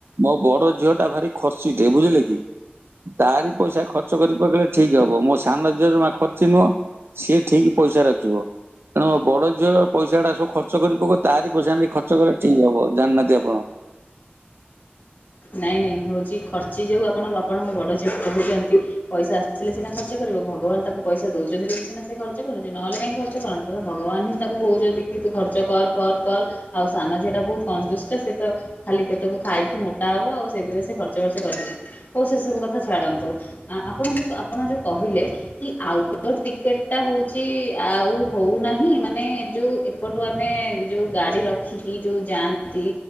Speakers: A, on the right; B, on the left.
A: ମୋ ବଡ ଝିଅ ଟା ଭାରି ଖର୍ଚିଟେ ବୁଝିଲେ କି। ତାରି ପଇସା ଖର୍ଚ୍ଚ ଖର୍ଚ୍ଚ କରି ପେକଇଲେ ଠିକ ହବ ମୋ ସାନ ଝିଅ ଜମା ଖର୍ଚ୍ଚ ନୁହ ସିଏ ଠିକ ପଇସା ରଖିବ। ତେଣୁ ମୋ ବଡ ଝିଅ ପଇସା ଟା ସବୁ ଖର୍ଚ୍ଚ କରି ପକେଇବ ତାରି ପଇସା ନେଇ ଖର୍ଚ କଲେ ଠିକ ହବ ଜାଣିନାହାନ୍ତି ଆପଣ।
B: ନାଇଁ ନାଇଁ ହେଉଛି ଖର୍ଚ୍ଚି ଯଉ ଆପଣ ଆପଣଙ୍କ ବଡ଼ ଝିଅକୁ କହୁଛନ୍ତି। ପଇସା ଆସିଥିଲେ ସିନା ଖର୍ଚ୍ଚ କରିବ ଭଗବାନ ତାକୁ ପଇସା ଦଉଛନ୍ତି ବୋଲି ସିନା ସେ ଖର୍ଚ୍ଚ କରୁଛନ୍ତି ନଲେ କାହିଁ ଖର୍ଚ୍ଚ ଖର୍ଚ୍ଚ କରନ୍ତୁ ତ ଭଗବାନ ହିଁ ତାକୁ କହୁଛନ୍ତି କି ତୁ ଖର୍ଚ୍ଚ କର କର କର। ଆଉ ସାନ ଝିଅଟା ବହୁତ କନଜୁଷ ସେ ତ ଖାଲି ପେଟକୁ ଖାଇକି ମୋ ଟା ହବ ଆଉ ସେଇଥିପାଇଁ ସେ ଖର୍ଚ୍ଚ ବାର୍ଚ୍ଚ କରିବନି ଆଉ ସେ ସବୁ କଥା ଛାଡ଼ନ୍ତୁ। ଆ ଆପଣ, ଯୋଉ ଆପଣ ଯୋଉ କହିଲେ। କି ଆଉଟଡୋର ଟିକେଟ ଟା ହଉଛି ଆଉ ହଉନାହିଁ ମାନେ ଯୋଉ ଏପଟୁ ଆମେ ଯୋଉ ଗାଡି ରଖିକି ଯୋଉ ଯାଆନ୍ତି